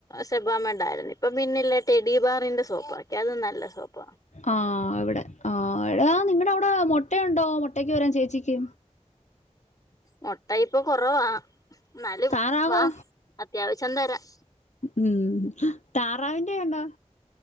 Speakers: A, on the left (about 30°); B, on the left (about 70°).
A: സെബാമ ണ്ടായിരുന്നു ഇപ്പം പിന്നല്ലേ ടെഡി ബാറിന്റെ സോപ്പാക്കി അതും നല്ല സോപ്പാ.
B: ആ ഇവിടെ ആ എടാ നിങ്ങടെ അവിടെ മൊട്ടയുണ്ടോ മുട്ടക്ക് വരാൻ ചേച്ചിക്ക്
A: മൊട്ട ഇപ്പൊ കുറവാ എന്നലും
B: താറാവോ
A: വാ അത്യാവശ്യം തരാം
B: ഉം താറാവിന്റെ ഒണ്ടോ